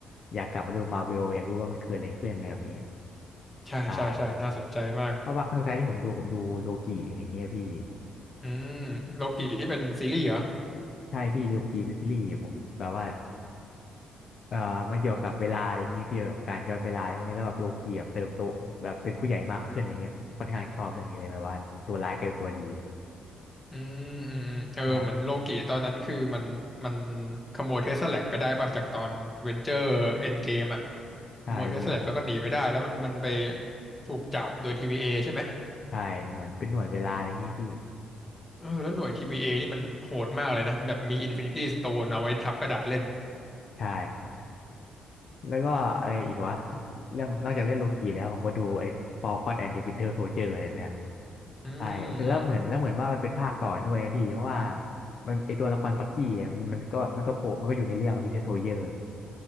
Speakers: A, on the left; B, on the left.
A: อยากกลับมาดูมาวิวอยากรู้ว่ามันเกิดอะไรขึ้นอะไรแบบนี้
B: ใช่ใช่ใช่น่าสนใจมาก
A: ใช่เพราะว่าครั้งสุดท้ายที่ผมดูผมดูโลกิอย่างเงี้ยพี่
B: อืมโลกิที่เป็นซีรีส์เหรอ
A: ใช่พี่โลกิเป็นซีรีส์ผมแบบว่าเออมันเกี่ยวกับเวลาอย่างเงี้ยพี่เกี่ยวกับการย้อนเวลาพวกนี้แล้วแบบโลกิแบบเติบโตแบบเป็นผู้ใหญ่มากขึ้นอะไรเงี้ยค่อนข้างชอบเรื่องนี้เลยแบบว่าตัวร้ายกลายเป็นตัวดี
B: อืมอืมอืมเออเหมือนโลกิตอนนั้นคือมันมัน
A: ใช่
B: ขโมยเทสลาแลกไปได้ป่ะจากตอนเวนเจอร์เอ็นเกมอ่ะ
A: ใช่พี่
B: ขโมยเทสลาแลกก็ก็หนีไปได้แล้วมันมันไปถูกจับโดย TVA ใช่ไหม
A: ใช่เหมือนเป็นหน่วยเวลาอะไรอย่างงี้พี่
B: เออแล้วหน่วย TVA นี่มันโหดมากเลยนะแบบมีอินฟินิตี้สโตนเอาไว้ทับกระดาษเล่น
A: ใช่แล้วก็อะไรอีกวะเรื่องนอกจากเรื่องโลกีแล้วผมก็ดูไอ้ Falcon and the Winter Soldier อะไรเนี่ย
B: อืมอืมอืม
A: ใช่แล้วเหมือนแล้วเหมือนว่ามันเป็นภาคต่อด้วยนะพี่เพราะว่ามันไอตัวละครบักกี้อะมันก็มันก็โผล่มันก็อยู่ในเรื่อง Winter Soldier